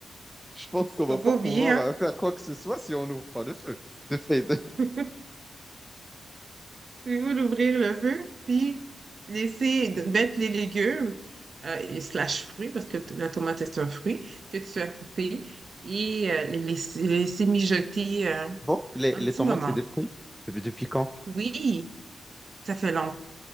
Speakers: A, in the centre; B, on the right (about 45°).
A: Je pense qu'on va
B: Faut pas
A: pas pouvoir
B: oublier, hein?
A: euh, faire quoi que ce soit si on n'ouvre pas le feu. <laughs> C'est fait.
B: <laughs> Il faut d'ouvrir le feu, puis laisser, de mettre les légumes euh, et slash fruits, parce que t- la tomate est un fruit que tu as coupé, et euh, les laisser, les laisser mijoter euh,
A: Bon, les,
B: un
A: les
B: petit
A: tomates,
B: moment.
A: c'est des fruits. Depuis, depuis quand?
B: Oui, ça fait longtemps.